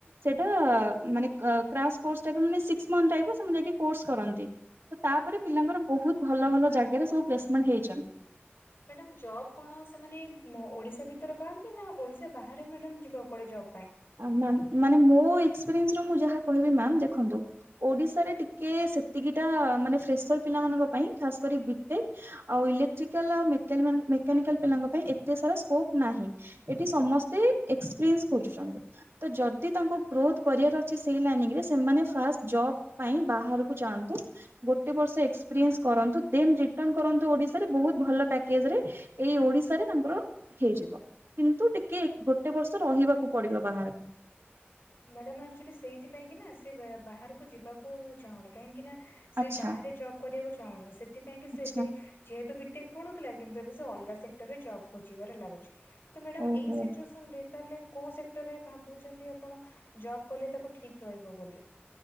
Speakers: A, on the right (about 75°); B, on the left (about 70°).
A: ସେଟା ଅ ମାନେ କା କ୍ରାସ୍ ପୋର୍ସ ଟାଇପ ର ମାନେ ସିକ୍ସି ମଂଥ ଟାଇପ ର ସେମାନେ ଯାଇକି କୋର୍ସ୍ କରନ୍ତି। ତ ତାପରେ ପିଲାଙ୍କର ବହୁତ ଭଲ ଭଲ ଜାଗାରେ ସବୁ ପ୍ଲେସମେଣ୍ଟ ହେଇଚନ୍ତି।
B: ମ୍ୟାଡ଼ାମ ଜବ କଣ ସେମାନେ ଓଡ଼ିଶା ଭିତରେ ପାଆନ୍ତି ନା ଓଡ଼ିଶା ବାହାରେ ମ୍ୟାଡ଼ାମ ଯିବାକୁ ପଡ଼େ ଜବ ପାଇଁ?
A: ଆ ମ୍ୟାମ ମାନେ ମୋ ଏକ୍ସପେରିଏନ୍ସରୁ ମୁଁ ଯାହା କହିବି ମ୍ୟାମ ଦେଖନ୍ତୁ ଓଡ଼ିଶାରେ ଟିକେ ସେତିକିଟା ମାନେ ଫ୍ରେସର ପିଲାମାନଙ୍କ ପାଇଁ ଖାସ କରି ବି ଟେକ ଆଉ ଇଲେକ୍ଟ୍ରିକାଲ ଆଉ ମେକାଲି ମାନଙ୍କୁ ମେକାନିକାଲ ପିଲାଙ୍କ ପାଇଁ ଏତେ ସାରା ସ୍କୋପ ନାହିଁ। ଏଠି ସମସ୍ତେ ଏକ୍ସପେରିଏନ୍ସ ଖୋଜୁଚନ୍ତି। ତ ଯଦି ତାଙ୍କୁ ଗ୍ରୋଥ କରିବାର ଅଛି ସେଇ ଲାଇନଙ୍ଗ ରେ ସେମାନେ ଫାଷ୍ଟ ଜବ୍ ପାଇଁ ବାହାରକୁ ଯାଆନ୍ତୁ ଗୋଟେ ବର୍ଷ ଏକ୍ସପେରିଏନ୍ସ କରନ୍ତୁ ଦେନ ରିଟନ୍ କରନ୍ତୁ ଓଡ଼ିଶାରେ ବହୁ ଭଲ ପେକେଜ୍ ରେ ଏଇ ଓଡ଼ିଶାରେ ତାଙ୍କର ହେଇଯିବ କିନ୍ତୁ ଟିକେ ଗୋଟେ ବର୍ଷ ରହିବାକୁ ପଡ଼ିବ। ବାହାର
B: ମ୍ୟାଡ଼ାମ୍ ଆକଚୁଲି ସେଇଥିପାଇଁ କି ନା ସେ ବେ ବାହାରକୁ ଯିବାକୁ ଚାହୁଁନି କାହିଁକି ନା ସେ
A: ଆଚ୍ଛା
B: ବାହାରେ ଜବ୍ କରିବାକୁ ଚାହୁଁନି ସେଥିପାଇଁ କି
A: ଆଚ୍ଛା
B: ସେ ଏବେ ଯେହେତୁ ବିଟେକ ପଢୁଥିଲା କିନ୍ତୁ ଏବେ ସେ ଅଲଗା ସେକ୍ଟର ରେ ଜବ ଖୋଜିବାରେ ଲାଗୁଚି। ତ ମ୍ୟାଡ଼ାମ
A: ଓହୋ
B: ଏଇ ସିଚୁଏସନ ରେ ତାହେଲେ କୋଉ ସେକ୍ଟରରେ ଭାବୁଚନ୍ତି ଆପ ଆପଣ ଜବ୍ କଲେ ତାକୁ ଠିକ ରହିବ ବୋଲି।